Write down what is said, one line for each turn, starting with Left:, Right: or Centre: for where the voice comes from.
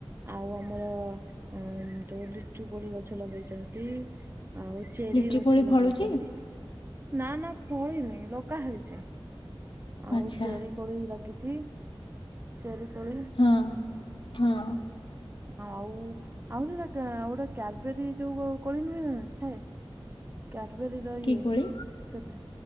Right: ଆଉ ଆମର ଉଁ ଯୋଉ ଲିଚୁ କୋଳି ଗଛ ଲଗେଇଚନ୍ତି ଆଉ ଚେରି
Left: ଲିଚୁ
Right: ଗଛ
Left: କୋଳି ଫଳୁଛି
Right: ଲଗେଇଚନ୍ତି। ନା ନା ଫଳିନି ଲଗା ହେଇଛି। ଆଉ
Left: ଆଚ୍ଛା
Right: ଚେରି କୋଳି ବି ଲାଗିଚି। ଚେରି କୋଳି ହୁଁ,
Left: ହଁ ହଁ
Right: ଆଉ ଆହୁରି ରକା ଆଉ ଗୋଟେ କ୍ୟାଡବେରୀ ଯୋଉ କୋଳି ନୁହେଁ ଥାଏ। କ୍ୟାଡବେରୀ ର
Left: କି
Right: ଇଏ,
Left: କୋଳି
Right: ସେଟା